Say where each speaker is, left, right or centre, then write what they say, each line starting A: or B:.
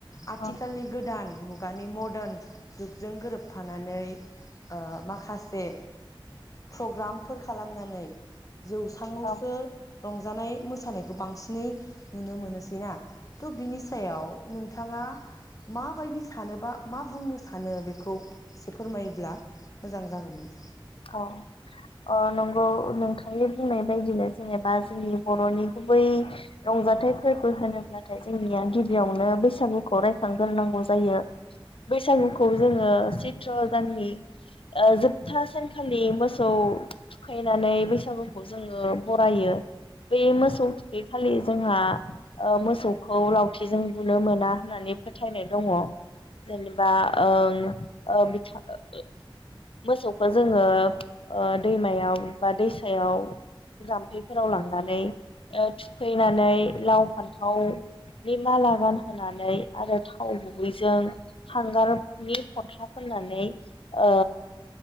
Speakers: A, on the left; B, on the left.
A: आथिखालनि
B: औ
A: गोदान मुगानि मद्रान जुगजों गोरोबफानानै ओ माखासे फ्रग्रामफोर खालामनानै जौसाङावसो
B: औ
A: रंजानाय मोसानायखौ बांसिनै नुनो मोनोसै ना थ' बिनि सायाव नोंथाङा माबायदि सानोबा मा बुंनो सानो बेखौ एसे फोरमायोब्ला मोजां जागौमोन।
B: औ अ नंगौ नोंथांनि बुंनाय बायदिनो जेनेबा जोंनि बर'नि गुबै रंजाथाइ फोरबो होनोब्लाथाय जोंनिया गिबियावनो बैसागुखौ रायखांग्रोनांगौ जा यो बैसागु खौ जोङो सैत्र दाननि ओ जोबथा सान लि मोसौ थुखैनानै बैसा बैसागुखौ जोङो बरायो बै मोसौ थुखैखालि जोंहा ओ मोसौखौ लाव थिजों बुनो मोना होननानै फोथायनाय दङ। जेनेबा ओं ओ बि <unintelligible> मोसौखो जोङो ओ दैमायाव बा दैसायाव जाम्फैफोराव लांनानै ओ थुखैनानै लाव फान्थावनि माला गान होनानै आरो थाव गुबैजों हांगारनि फथा फोननानै ओ